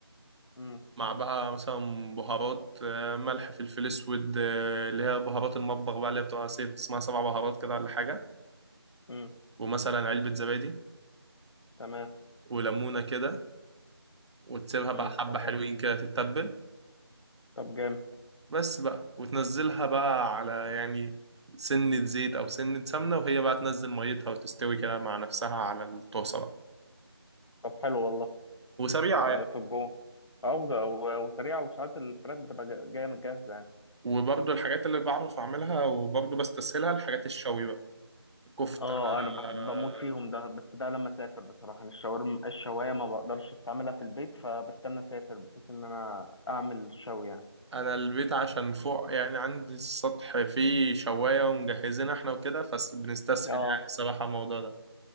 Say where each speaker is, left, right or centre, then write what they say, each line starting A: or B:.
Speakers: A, on the left (about 80°); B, on the right (about 85°).
A: امم
B: مع بقى مثلا بهارات آه، ملح فلفل اسود آه، اللي هي بهارات المطبخ بقى اللي هي بتبقى ست اسمها سبع بهارات كده ولا حاجه
A: امم
B: ومثلا علبه زبادي
A: تمام
B: وليمونه كده وتسيبها
A: امم
B: بقى حبة
A: تمام
B: حلوين كده تتبل
A: طب جامد
B: بس بقى وتنزلها بقى على يعني سنة زيت أو سنة سمنة وهي بقى تنزل ميتها وتستوي كده مع نفسها على الطاسة بقى
A: طب حلو والله
B: وسريعة
A: آه،
B: يعني
A: في الجو عوضة و- وسريعة وساعات الفراخ بتبقى جا- جاية من جاهزة يعني
B: وبرضو الحاجات اللي بعرف أعملها وبرضو بستسهلها الحاجات الشوي بقى كفتة
A: اه انا بح-
B: آه،
A: بموت فيهم ده بس ده لما اسافر بصراحة أنا الشاورما الشواية ما بقدرش استعملها في البيت فبستنى اسافر بحيث ان انا اعمل شوي يعني
B: أنا البيت عشان فوق يعني عندي السطح فيه شواية ومجهزين احنا وكده فبنستسهل
A: اه
B: يعني الصراحة الموضوع ده